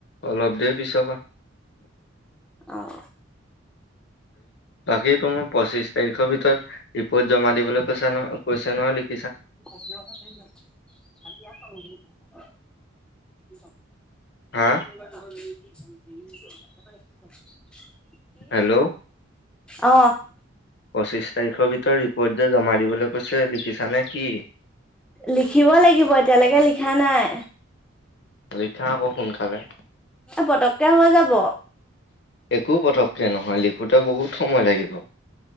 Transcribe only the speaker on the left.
অলপ দেৰি পিছৰ পৰা
বাকী তোৰ পঁচিশ তাৰিখৰ ভিতৰত জমা দিবলৈ কৈছ ন কৈছে ন ল
হা হেল্ল'
পঁচিশ তাৰিখৰ ভিতৰত ৰিপৰ্ট যে জমা দিবলৈ কৈছে লিখিছানে কি
লিখা আকৌ সোনকালে।
একো পতককে নহয় লিখোতে বহুত সময় লাগিব।